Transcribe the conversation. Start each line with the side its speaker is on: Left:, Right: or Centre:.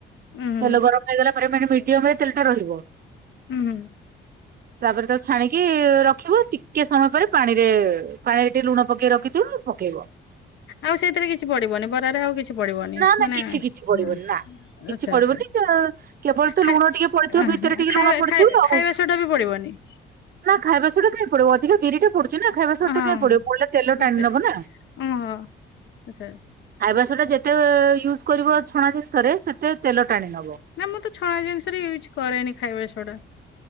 Left: ଉୁଁ ହୁଁ
Right: ତେଲ ଗରମ ହେଇଗଲା ପରେ ମାନେ ମିଡିଅମ୍ ରେ ତେଲ ଟା ରହିବ।
Left: ଉୁଁ ହୁଁ
Right: ତାପରେ ତାକୁ ଛାଣିକି ର ଖିବ ଟିକେ ସମୟ ପରେ ପାଣିରେ ପାଣିରେ ଟିଏ ଲୁଣ ପକେଇ ରଖିଥିବ ପକେଇବ।
Left: ଆଉ ସେଇତିରେ କିଛି ପଡିବନି ବରାରେ ଆଉ କି ଛି ପଡିବନି
Right: ନା ନା
Left: ମାନେ
Right: କିଛି କିଛି ପଡିବନି
Left: ହଁ
Right: ନା। କିଛି
Left: ଆଚ୍ଛା
Right: ପଡିବନି
Left: ଆଚ୍ଛା।
Right: ତ କେବଳ ତ
Left: ଖା
Right: ଲୁଣ
Left: ଅଂହ
Right: ଟିକେ ପଡିଥିବ ଭିତରେ ଟିକେ
Left: ଖାଇବା
Right: ଲୁଣ ପଡିଥିବ
Left: ଖାଇ
Right: ଆଉ।
Left: ଖାଇବା ସୋଡ଼ା ବି ପଡିବନି?
Right: ନା ଖାଇବା ସୋଡ଼ା କାଇଁ ପଡିବ ଅଧିକା ବିରିଟା ପଡୁ କି ନା ଖାଇବା ସୋଡ଼
Left: ହଁ
Right: ଟା କାଇଁ ପଡିବ ପଡିଲେ ତେଲ ଟାଣି
Left: ସେ
Right: ନବ ନା।
Left: ଓହୋ ଆଚ୍ଛା
Right: ଖାଇବ ସୋଡ଼ା ଯେତେ ୟୁଜ୍ କରିବ ଛଣା ଜିନିଷରେ ସେତେ ତେଲ ଟାଣି ନବ।
Left: ନା ମୁଁ ତ ଛଣା ଜିନିଷରେ ୟୁଜ୍ କରେନି ଖାଇବା ସୋଡ଼ା।